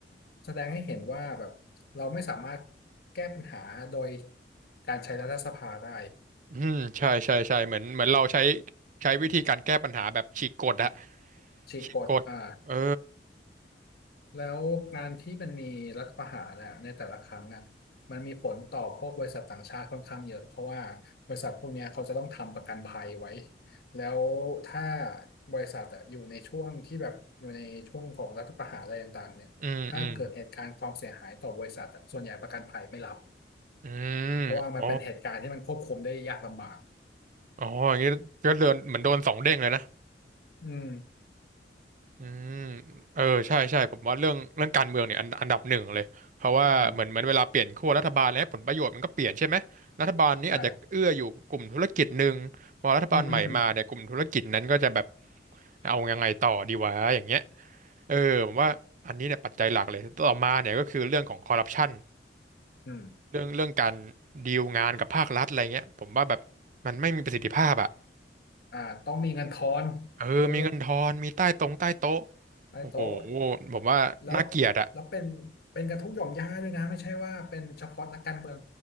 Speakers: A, on the left; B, on the right.
A: แสดงให้เห็นว่าแบบเราไม่สามารถแก้ปัญหาโดยการใช้รัฐสภาได้
B: อืมใช่ใช่ใช่เหมือนเหมือนเราใช้ใช้วิธีการแก้ปัญหาแบบฉีกกฎอะ
A: ฉีกกฎอ่า
B: ฉีกกฎเออ
A: แล้วการที่มันมีรัฐประหารนะในแต่ละครั้งอ่ะมันมีผลต่อพวกบริษัทต่างชาติค่อนข้างเยอะเพราะว่าบริษัทพวกเนี้ยเขาจะต้องทำประกันภัยไว้แล้วถ้าบริษัทอะอยู่ในช่วงที่แบบอยู่ในช่วงของรัฐประหารอะไรต่างๆเนี่ยถ้าเกิดเหตุการณ์ความเสียหายต่อบริษัทอะส่วนใหญ่ประกันภัยไม่รับ
B: อืมอืม อืม
A: เพราะว่ามันเป็นเหตุการณ์ที่มันควบคุมได้ยากลำบาก
B: อ๋ออ๋ออย่างนี้ก็เดินเหมือนโดนสองเด้งเลยนะ
A: อืม
B: อืมเออใช่ใช่ผมว่าเรื่องเรื่องการเมืองเนี่ยอันอันดับหนึ่งเลยเพราะว่าเหมือนเหมือนเวลาเปลี่ยนขั้วรัฐบาลแล้วผลประโยชน์มันก็เปลี่ยนใช่ไหมรัฐบาลนี้อาจจะเอื้ออยู่กลุ่มธุรกิจหนึ่งพอรัฐบาลใหม่มาเนี่ยกลุ่มธุรกิจนั้นก็จะแบบ
A: อืมใช่อืมอืมอืม
B: เอายังไงต่อดีวะอย่างเงี้ยเออผมว่าอันนี้เนี่ยปัจจัยหลักเลยต่อมาเนี่ยก็คือเรื่องของคอร์รัปชัน
A: อืม
B: เรื่องเรื่องการดีลงานกับภาครัฐอะไรเงี้ยผมว่าแบบมันไม่มีประสิทธิภาพอะ
A: อ่าต้องมีเงินทอน
B: เออ
A: เออ
B: มีเงินทอน มีใต้ตรงใต้โต๊ะ
A: ใต้โต๊ะ
B: โอ้โหผมว่าน่าเกลียดอะ
A: แล้วแล้วเป็นเป็นกันทุกหย่อมย่าด้วยนะไม่ใช่ว่าเป็นเฉพาะนักการเมือง